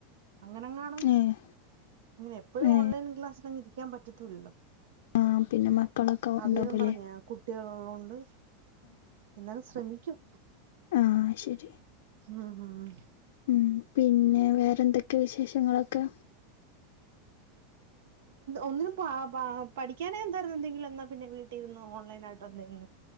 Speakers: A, on the right; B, on the left.
A: അങ്ങനെങ്ങാണും
B: ഏഹ്
A: അങ്ങനെ എപ്പോഴും
B: ഏഹ്
A: ഓൺലൈൻ ക്ലാസ്സിലങ്ങിരിക്കാൻ പറ്റത്തൂല്ലല്ലോ.
B: ആഹ് പിന്നെ മക്കളൊക്കെ
A: അതേന്നും
B: ഉണ്ടോ പോലെ
A: പറഞ്ഞ കുട്ടികളുള്ളോണ്ട് എന്നാലും ശ്രമിക്കും.
B: ആഹ് ശരി
A: ഉം ഉം
B: ഉം പിന്നെ വേറെന്തൊക്കെ വിശേഷങ്ങളൊക്കെ
A: ഒന്നിനും പാപാ പഠിക്കാനെന്തായിരുന്നു എന്തെങ്കിലെന്നാ പിന്നെ വീട്ടിലിന്ന് ഓൺലൈനായിട്ടോ എന്തെങ്കിലും